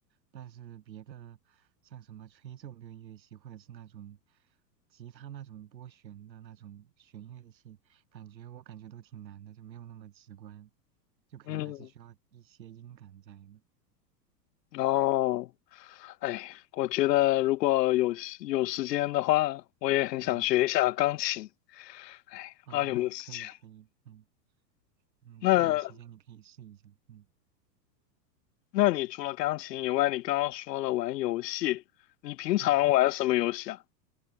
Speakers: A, on the right (about 85°); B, on the left (about 75°).
A: 但是别的像什么吹奏类乐器，或者是那种吉他那种拨弦的那种弦乐器，感觉我感觉都挺难的，就没有那么直观，就可能还是需要一些音感在的。
B: 嗯。然后，哎，我觉得如果有时有时间的话，我也很想学一下钢琴。
A: 嗯，
B: 哎，
A: 啊，
B: 不知道有没有时间？
A: 可以可以，嗯嗯，
B: 那
A: 那有时间你可以试一下，嗯
B: 那你除了钢琴以外，你刚刚说了玩游戏，你平常玩什么游戏啊？
A: 嗯。